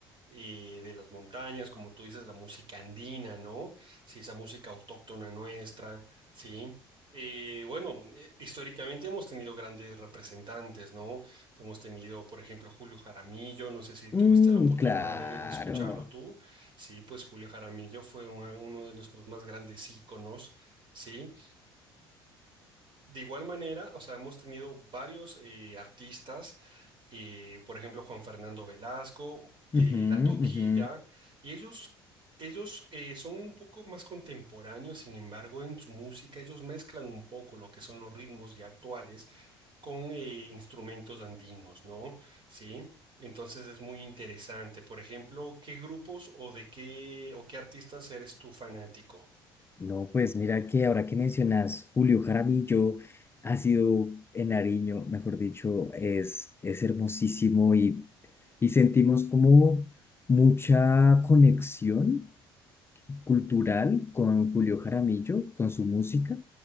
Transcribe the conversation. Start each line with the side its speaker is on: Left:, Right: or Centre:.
Right: eh, de las montañas, como tú dices, la música andina, ¿no? Sí, esa música autóctona nuestra, sí. Eh, bueno, eh, históricamente hemos tenido grandes representantes, ¿no? Hemos tenido, por ejemplo, Julio Jaramillo, no sé si tuviste
Left: Mm,
Right: la oportunidad
Left: claro.
Right: de, de escucharlo tú, sí, pues Julio Jaramillo fue una- uno de nuestros más grandes íconos, ¿sí? De igual manera, o sea, hemos tenido varios eh, artistas, eh, por ejemplo, Juan Fernando Velasco, eh,
Left: Ujú,
Right: La Toquilla,
Left: ujú.
Right: y ellos, ellos eh, son un poco más contemporáneos, sin embargo, en su música ellos mezclan un poco lo que son los ritmos ya actuales con eh, instrumentos andinos, ¿no? Sí. Entonces es muy interesante. Por ejemplo, ¿qué grupos o de qué o qué artistas eres tú fanático?
Left: No, pues mira que ahora que mencionas Julio Jaramillo, ha sido en Nariño, mejor dicho, es, es hermosísimo y, y sentimos como mucha conexión cultural con Julio Jaramillo, con su música,